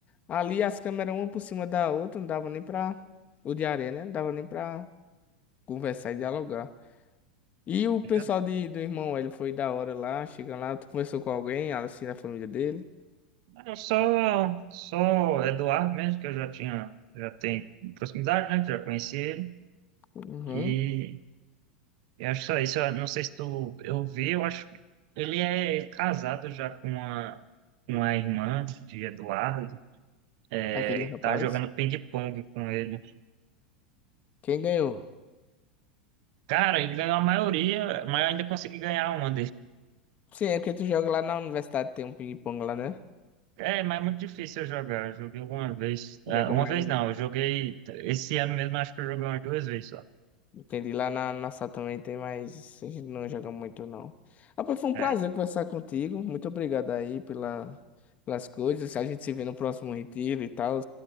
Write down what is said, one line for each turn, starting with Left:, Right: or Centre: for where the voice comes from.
Left: Ali as câmeras, uma por cima da outra, não dava nem pra. O de areia, né? Não dava nem pra conversar
Right: Hum.
Left: e dialogar. E o pessoal
Right: Era-
Left: de, do irmão, ele foi da hora lá, chega lá, tu conversou com alguém, assim, da família dele.
Right: era só, só Eduardo mesmo, que eu já tinha, já tenho proximidade, né? que Já conheci ele.
Left: Uhum.
Right: E eu acho só isso. Eu não sei se tu, eu vi, eu acho ele é casado já com uma, com uma irmã de Eduardo. É,
Left: Aquele rapaz.
Right: tá jogando ping-pong com ele.
Left: Quem ganhou?
Right: Cara, ele ganhou a maioria, mas eu ainda consegui ganhar uma
Left: Sim, é porque tu joga lá na universidade, tem um ping-pong lá, né?
Right: É, mas é muito difícil eu jogar. Eu joguei uma vez. ah,
Left: Joga
Right: uma
Left: mais.
Right: vez não, eu joguei. Esse ano mesmo, acho que eu joguei umas duas vezes só.
Left: Entendi. Lá na nossa também tem mais. A gente não joga muito, não. Rapaz, foi um
Right: É,
Left: prazer conversar contigo. Muito obrigado aí pela, pelas coisas. A gente se vê no próximo retiro e tal.